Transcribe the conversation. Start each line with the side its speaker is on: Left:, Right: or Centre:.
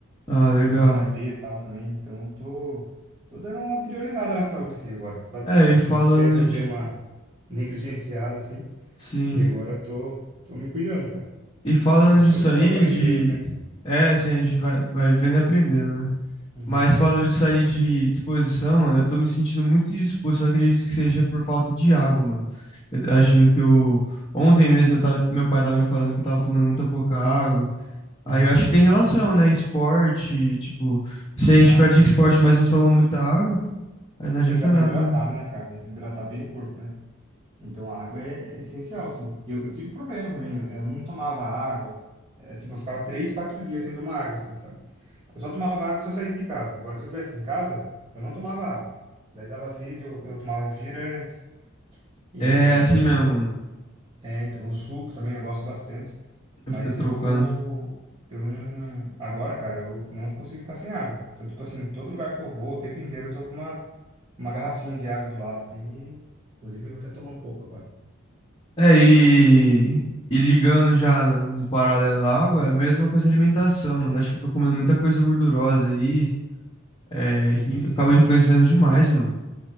Left: Ah, legal.
Right: Vitamina D e tal também. Então tô, tô dando uma priorizada na saúde, sim, agora, sabe?
Left: É,
Right: Acho
Left: e falando
Right: que muito tempo eu
Left: de,
Right: dei uma negligenciada, assim,
Left: sim,
Right: e agora eu tô, tô me cuidando, cara.
Left: e falando
Right: Tô, apre-
Left: disso
Right: tô
Left: aí
Right: aprendendo,
Left: de
Right: né?
Left: é, assim, a gente vai vai vendo e aprendendo, né?
Right: É.
Left: Mas falando disso aí de disposição, mano, eu tô me sentindo muito indisposto, eu acredito que seja por falta de água, mano. Eu acho que eu ontem mesmo eu tava, meu pai tava me falando que eu tava tomando muita pouca água. Aí
Right: Uhum.
Left: eu acho que tem relação, né? Esporte, tipo, se a gente
Right: Ah,
Left: pratica
Right: sim.
Left: esporte, mas não toma muita água, aí não
Right: Você
Left: adianta
Right: tem que estar bem
Left: nada,
Right: hidratado,
Left: né?
Right: né, cara? Tem que hidratar bem o corpo, né? Então, a água é, é essencial, assim. Eu, eu tive problema também, eu, eu não tomava água. É, tipo, eu ficava três, quatro dias sem tomar água, assim, sabe? Eu só tomava água se eu saísse de casa. Agora, se eu estivesse em casa, eu não tomava água. Daí dava sede, eu, eu tomava refrigerante. E,
Left: É, é assim mesmo, mano.
Right: é, então, o suco também eu gosto bastante. Mas
Left: Eu fico trocando.
Right: eu, eu não... Agora, cara, eu não consigo ficar sem água. Então, tipo assim, todo lugar que eu vou, o tempo inteiro, eu tô com uma, uma garrafinha de água do lado, assim, e, inclusive, eu vou até tomar um pouco agora.
Left: É, e, e ligando já um paralelo à água, é a mesma coisa a alimentação, mano. Acho que eu tô comendo muita coisa gordurosa aí, é,
Right: Sei,
Left: que in-
Right: sei.
Left: acaba influenciando demais, mano.